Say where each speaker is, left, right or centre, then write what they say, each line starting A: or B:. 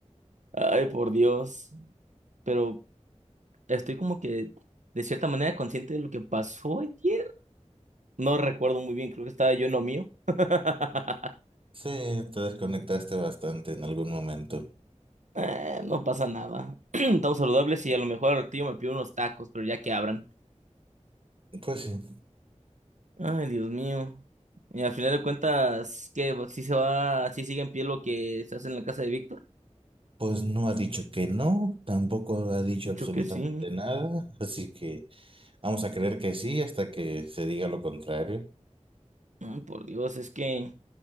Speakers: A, on the right; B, on the right.
A: Ay, por Dios. Pero estoy como que de cierta manera consciente de lo que pasó ayer. No recuerdo muy bien, creo que estaba yo en lo mío. <laughs>
B: Sí, te desconectaste bastante en algún momento.
A: Eh, no pasa nada. <clears throat> Estamos saludables y a lo mejor el tío me pide unos tacos, pero ya que abran.
B: Pues sí,
A: Ay, Dios mío. Y al final de cuentas, ¿qué? si se va, si sigue en pie lo que se hace en la casa de Víctor?
B: pues no ha dicho que no, tampoco ha dicho
A: Dicho
B: absolutamente
A: que sí.
B: nada, así que vamos a creer que sí hasta que se diga lo contrario.
A: Ay, por Dios, es que...